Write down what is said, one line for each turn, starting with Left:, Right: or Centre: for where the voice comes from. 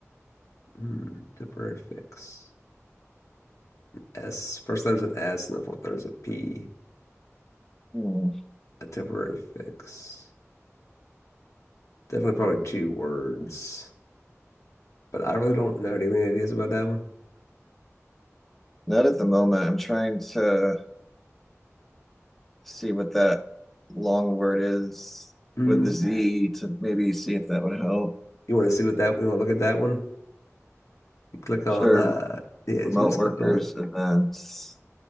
Left: Hmm, temporary fix. S. First letter's an S and the fourth letter's a P.
Centre: Hmm.
Left: A temporary fix. Definitely probably two words. But I really don't know. Do you have any ideas about that one?
Centre: Not at the moment. I'm trying to see what that long word is
Left: Hmm.
Centre: with the Z to maybe see if that would help.
Left: you want to see what that you want to look at that one? You click on
Centre: Sure.
Left: uh yeah,
Centre: Remote
Left: you can just
Centre: workers
Left: click on it.
Centre: events.